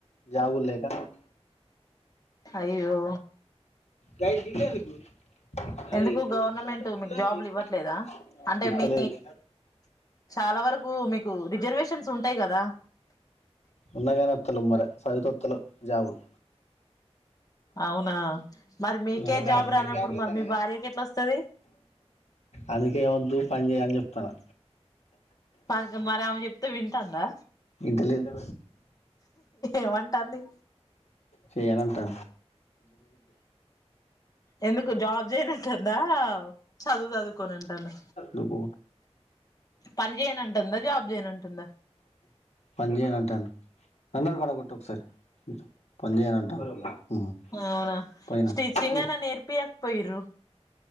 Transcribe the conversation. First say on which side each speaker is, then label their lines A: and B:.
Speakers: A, on the left (about 80°); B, on the left (about 35°).
A: జాబులు లేక
B: అయ్యో
A: గై గీడెందుకు గయ్
B: ఎందుకు
A: పొడుకర్రలు
B: గవర్నమెంట్
A: గిల్ల
B: మీకు
A: ఎందుకు
B: జాబ్లు
A: చెప్పు
B: ఇవ్వట్లేదా అంటే
A: ఇత్తలేదు
B: మీ చాలా వరకు మీకు రిజర్వేషన్స్ ఉంటాయి గదా
A: ఉన్నయ్ గాని వత్తలేవ్ మరి సదువుతే వత్తలేవు జాబులు
B: అవునా మరి మీకే
A: నువ్వైతే
B: జాబ్
A: అస్సలు
B: రానప్పుడు
A: గ్యాప్ గొట్టవు
B: మరి మీ
A: గాని
B: భార్యకి ఎట్లా వస్తది
A: అందుకే వద్దు పని జేయ్ అని జెప్తున్నా
B: మ మరి ఆమె చెప్తే వింటాందా
A: ఇంటలేదు
B: ఏమంటాంది
A: చేయాలంటా
B: ఎందుకు జాబ్ చేయనట్టుందా చదువు చదువుకోనంటుందా
A: దుబ్బ
B: తను జేయనంటుందా జాబ్ జేయనంటుందా
A: పనిజేయనంటంది తండర్ కాడ గొట్టు ఒక్కసారి పంజేయాలంట ఉమ్
B: అవునా
A: పోయిన
B: స్టిచ్చింగ్
A: ఏయ్
B: అనా నేర్పియకపోయిర్రు